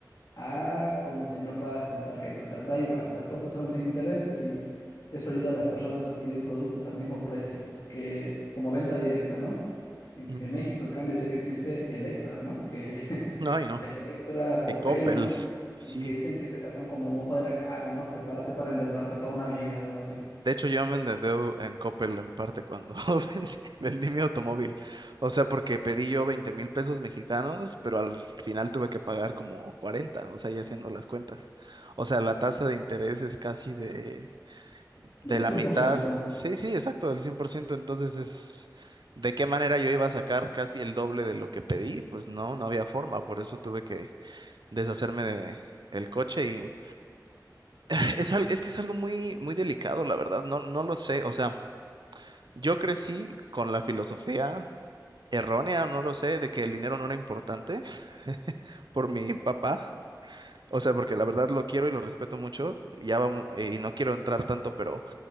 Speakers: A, on the left; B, on the right.
A: a como si no pagas con tarjeta. O sea, da igual. Las cuotas son sin intereses y eso ayuda a las personas a adquirir productos al mismo precio que como venta directa, ¿no? En,
B: ujú.
A: en México, en cambio, sé que existe Electra, ¿no? Que <laughs>
B: No, y
A: Electra,
B: no.
A: Copel,
B: Y Coppel,
A: ¿no?
B: sí.
A: Y que dicen que te sacan como un ojo de la cara, ¿no? Prepárate para endeudarte toda una vida o algo así.
B: De hecho, yo me endeudé en Coppel en parte cuando <laughs> vendí, vendí mi automóvil. O sea, porque pedí yo veinte mil pesos mexicanos, pero al final tuve que pagar como cuarenta o sea, ya haciendo las cuentas. O sea, la tasa de interés es casi de
A: Del
B: De la
A: 100%.
B: mitad, sí, sí, exacto, del cien por ciento Entonces es, ¿de qué manera yo iba a sacar casi el doble de lo que pedí? Pues no, no había forma, por eso tuve que deshacerme de el coche y <clears throat> es, al- es que es algo muy, muy delicado, la verdad, no, no lo sé, o sea, yo crecí con la filosofía errónea, no lo sé, de que el dinero no era importante por mi papá. O sea, porque la verdad lo quiero y lo respeto mucho, ya vamos, y no quiero entrar tanto, pero